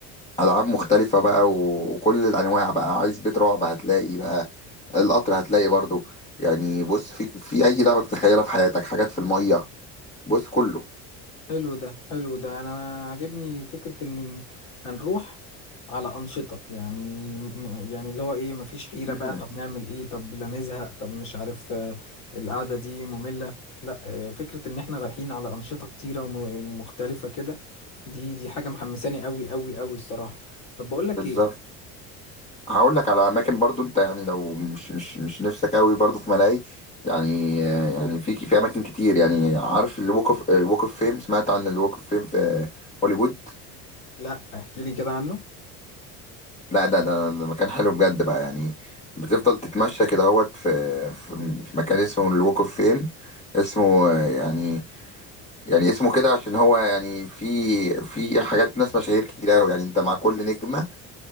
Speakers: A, on the left (about 20°); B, on the left (about 50°).
A: العاب مختلفه بقى و- وكل الانواع بقى عايز بيت رعب هتلاقي بقى القطر هتلاقي برضو يعني بص في في اي لعبه تتخيلها في حياتك حاجات في الميه بص كله
B: حلو ده حلو ده انا أنا عاجبني فكرة اني هنروح على أنشطة يعني م- يعني اللي هو ايه مفيش حيرة
A: مم.
B: بقى طب نعمل ايه طب لا نزهق طب مش عارف آه، القعدة دي مملة لا آه، فكرة ان احنا رايحين على أنشطة كتيرة ومختلفة كده دي دي حاجة محمساني قوي قوي قوي الصراحة طب بقول لك
A: بالظبط
B: ايه
A: هقول لك على اماكن برضو انت يعني لو مش مش مش نفسك قوي برضو في ملاهي يعني يعني في في اماكن كتير يعني عارف الوك اوف الوك اوف فيم سمعت عن الوك اوف فيم في هوليوود
B: لا احكي لي كده عنه
A: لا ده ده ده مكان حلو بجد بقى يعني بتفضل تتمشى كده اهوت في في مكان اسمه الوك اوف فيم اسمه يعني يعني اسمه كده عشان هو يعني في في حاجات ناس مشاهير كتير قوي يعني انت مع كل نجمة